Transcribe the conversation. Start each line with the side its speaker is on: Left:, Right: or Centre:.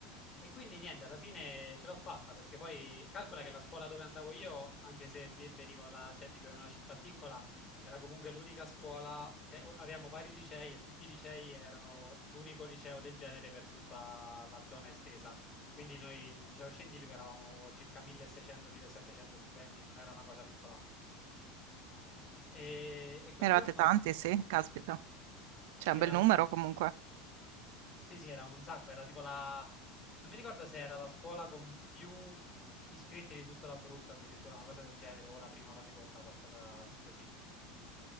Left: E quindi niente, alla fine ce l'ho fatta perché poi calcola che la scuola dove andavo io, anche se vi- venivo da, cioè vivevo in una città piccola, era comunque l'unica scuola, cioè o- avevamo vari licei e tutti i licei erano l'unico liceo del genere per tutta la zona estesa. Quindi noi, il liceo scientifico, eravamo circa 1600-1700 studenti, non era una cosa piccola. E, e quel
Right: Eravate
Left: giorno,
Right: tanti, sì, caspita. C'è
Left: sì,
Right: un
Left: era
Right: bel numero comunque.
Left: Sì, sì, era un sacco, era tipo la... Non mi ricordo se era la scuola con più iscritti di tutto l'Abruzzo, addirittura una cosa del genere, o la prima o la seconda, qualcosa così.